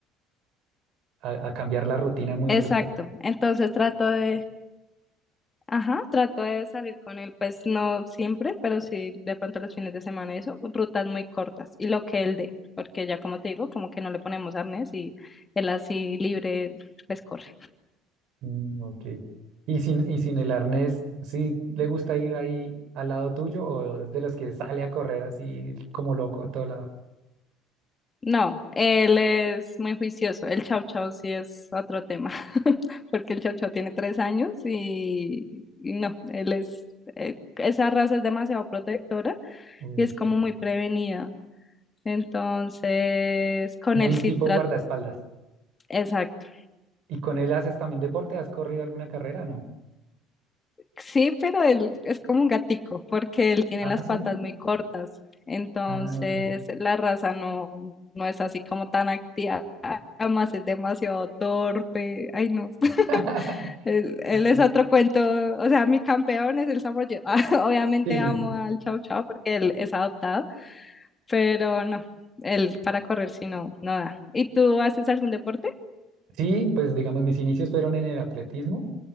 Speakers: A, on the right; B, on the left.
A: a, a cambiar la rutina muy
B: Exacto.
A: bruscamente.
B: Entonces trato de, ajá, trato de salir con él, pues no siempre, pero sí de pronto los fines de semana, eso, rutas muy cortas y lo que él dé, porque ya como te digo, como que no le ponemos arnés y él así libre, pues corre.
A: Mm, ok. Y sin, y sin el arnés, ¿sí le gusta ir ahí al lado tuyo o es de los que sale a correr así como loco a todo lado?
B: No, él es muy juicioso. El chau chau sí es otro tema, <laughs> porque el chau chau tiene tres años y, y no, él es, eh, esa raza es demasiado protectora
A: Uy,
B: y es como
A: sí.
B: muy prevenida. Entonces, con
A: muy
B: él sí
A: tipo
B: trata,
A: guardaespaldas.
B: exacto.
A: ¿Y con él haces también deporte? ¿Has corrido alguna carrera? No.
B: Sí, pero él es como un gatico, porque él tiene
A: Ah,
B: las
A: sí.
B: patas muy cortas. Entonces,
A: Ah, ok.
B: la raza no, no es así como tan activa. Además, es demasiado torpe. Ay, no. <laughs>
A: <laughs>
B: Él, él
A: Ay,
B: es otro cuento. O sea, mi campeón es el samoyedo. <laughs> Obviamente
A: Sí, no,
B: amo
A: sí,
B: al Chow Chow porque él es adoptado, pero no. Él para correr si no, no da. ¿Y tú haces algún deporte?
A: Sí, pues digamos, mis inicios fueron en el atletismo.